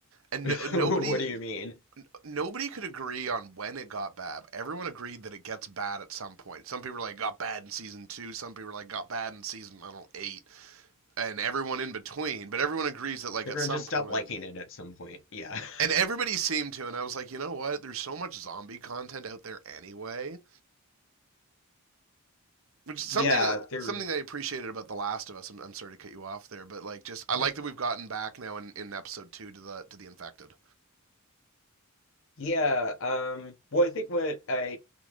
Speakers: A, on the right (about 65°); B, on the left (about 60°).
A: and
B: <laughs>
A: no- nobody
B: what do you mean?
A: nobody could agree on when it got bad. Everyone agreed that it gets bad at some point. Some people were like got bad in season two. Some people were like got bad in season I don't know eight, and everyone in between. But everyone agrees that like
B: So
A: at
B: everyone
A: some
B: just
A: point
B: stopped liking it at some point. Yeah. <laughs>
A: And everybody seemed to, and I was like, you know what? There's so much zombie content out there anyway. Which is
B: Yeah,
A: something
B: they're
A: something I appreciated about The Last of Us. I'm, I'm sorry to cut you off there, but like, just I like
B: no-
A: that we've gotten back now in, in episode two to the to the infected.
B: Yeah, um well I think what I